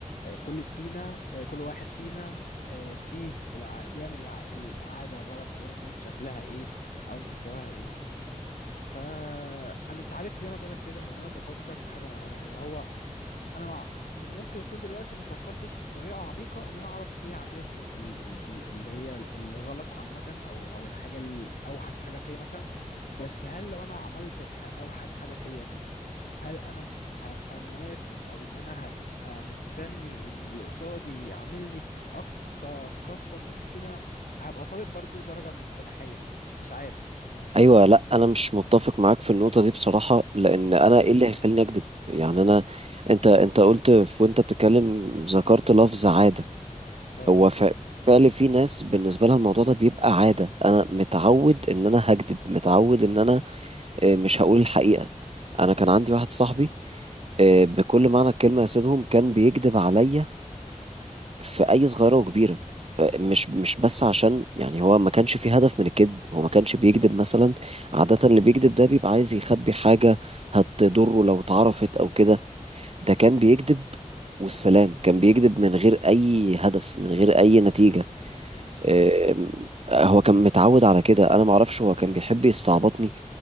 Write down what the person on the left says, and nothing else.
كل فينا آه، كل واحد فينا آه، فيه الع... بيعمل الع... العادة غلط أيا كان شكلها إيه أو مستواها إيه فأنا أنت عارف ليه أنا بقولك كده لأن أنا بفكر في حاجة معينة إن هو انا مع ممكن اكون دلوقتي ما فكرتش بطريقه عميقه ان انا اعرف ايه عاداتي ال- ال- ال- اللي هي الغلط عامه او او الحاجه الاوحش حاجه فيا مثلا بس هل لو انا عملت الح- اوحش حاجه فيا دي هل انا هبقى موافق او ان انا هبقى مستني ان اللي قصادي يعاملني باقصى قسوه ممكنه هبقى طالب برضو درجه من السماحيه مش عارف يعني
شايف ده
مم.
اه
مم.